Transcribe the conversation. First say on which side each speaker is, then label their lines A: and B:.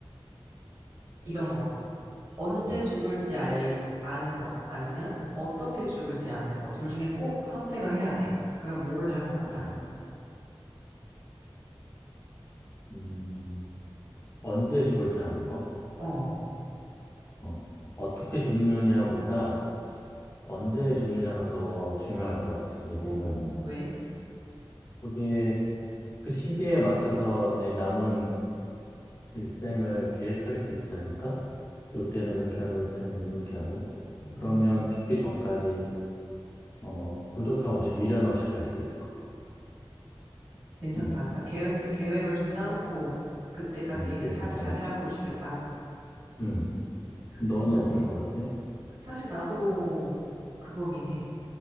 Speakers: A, on the right; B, on the left.
A: 이런 거. 언제
B: 음.
A: 죽을지 알, 아는 거 아니면 어떻게 죽을지 아는 거. 둘 중에 꼭 선택을 해야 돼. 그럼 뭘 할 것 같아?
B: 어, 음, 언제 죽을 줄 아는 거?
A: 어,
B: 어. 어떻게 죽느냐보다 언제 죽느냐가 더 중요할 것 같아, 내 생각에는.
A: 어, 왜?
B: 그게 그 시기에 맞춰서 내 남은 일생을 계획할 수 있지 않을까? 요때는 이렇게 하고 요때는 이렇게 하고
A: 음,
B: 그러면 죽기 전까지 어 부족함 없이 미련 없이 갈 수 있을 것 같아.
A: 괜찮다.
B: 음,
A: 그러니까 계획, 계획을 좀 짜놓고 그때까지
B: 음
A: 이제
B: 계획을
A: 살-
B: 짜놓고.
A: 잘 살고 죽겠다.
B: 음, 너는
A: 괜찮네.
B: 어떨 것 같아?
A: 사실 나도 그거긴 해.